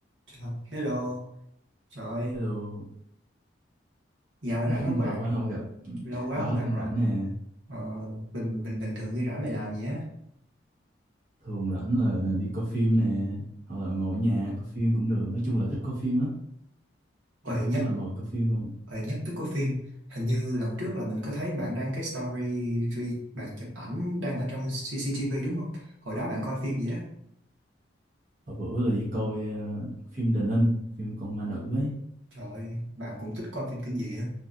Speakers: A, on the right; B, on the right.
A: Chào, hello, trời ơi,
B: Hello,
A: giờ
B: <laughs>
A: rảnh không
B: lâu
A: bạn?
B: quá không gặp.
A: Lâu quá
B: Có,
A: không gặp
B: đang
A: rồi.
B: rảnh nè.
A: Ờ, bình bình bình thường khi rảnh mày làm gì á?
B: Thường rảnh là đi coi phim nè. Hoặc là ngồi ở nhà coi phim cũng được. Nói chung là thích coi phim lắm.
A: Ôi
B: Chủ yếu
A: nhắc,
B: là ngồi coi phim không. à.
A: ôi nhắc tới có phim. Hình như lần trước là mình có thấy bạn đăng cái story, re- bạn chụp ảnh đang ở trong CCTV đúng không? Hồi đó bạn coi phim gì á?
B: Hồi bữa là đi coi ờ, phim Đền Ninh, phim con ma nữ ấy.
A: Trời ơi, bạn cũng thích coi phim kinh dị hả?